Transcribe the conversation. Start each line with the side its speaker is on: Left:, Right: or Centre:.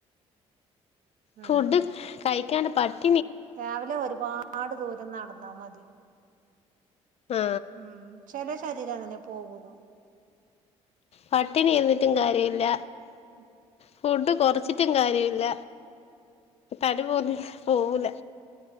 Right: ഉം
Left: ഫുഡ് കഴി കാന പാറ്റ്
Right: രാവിലെ ഒരുപാട് ദൂരം നടന്നാ മതി
Left: ആ
Right: ഉം ചില ശരിരം അങ്ങനെയാ അങ്ങനെ പോകുല
Left: പട്ടിണി ഇരുന്നിട്ടും കാര്യമില്ല
Right: ഉ
Left: ഫുഡ് കുറച്ച് ഒറ്റും കാര്യില്ല തടി പോന്നി പോവൂല